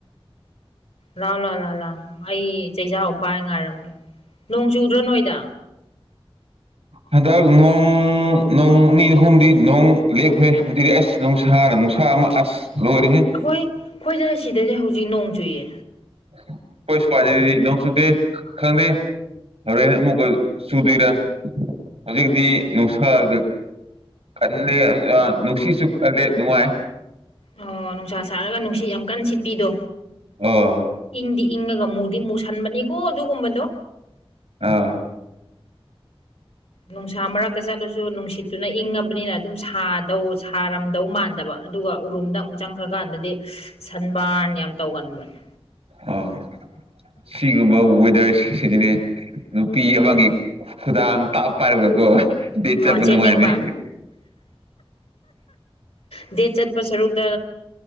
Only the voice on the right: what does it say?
ꯍꯟꯗꯛ ꯅꯣꯡ-ꯅꯣꯡ-ꯅꯤ ꯑꯍꯨꯝꯗꯤ ꯅꯣꯡ ꯂꯦꯞꯈ꯭ꯔꯦ ꯑꯗꯨꯗꯤ ꯑꯁ ꯅꯨꯡꯁꯥꯅ ꯅꯨꯡꯁꯥ ꯑꯃ ꯑꯁ ꯂꯣꯏꯔꯦꯍꯦ
ꯑꯩꯈꯣꯏ ꯁꯨꯋꯥꯏꯗꯗꯤ ꯅꯣꯡ ꯆꯨꯗꯦ ꯈꯪꯗꯦ ꯍꯣꯔꯦꯟꯦꯟ ꯑꯃꯨꯛꯀ ꯆꯨꯗꯣꯏꯔꯥ ꯍꯧꯖꯤꯛꯇꯤ ꯅꯨꯡꯁꯥꯒ ꯀꯜꯂꯦ ꯑꯥ ꯅꯨꯡꯁꯤꯠꯁꯨ ꯀꯜꯂꯦ ꯅꯨꯡꯉꯥꯏ
ꯑꯣ
ꯑꯥ
ꯑꯥ ꯁꯤꯒꯨꯝꯕ ꯋꯦꯗꯔ ꯁꯤ-ꯁꯤꯗꯤꯅꯦ ꯅꯨꯄꯤ ꯑꯃꯒꯤ ꯈꯨꯗꯥꯡ ꯇꯞ ꯄꯥꯏꯔꯒꯀꯣ ꯗꯦꯠ ꯆꯠꯄ
ꯅꯨꯡꯉꯥꯏꯝꯅꯤ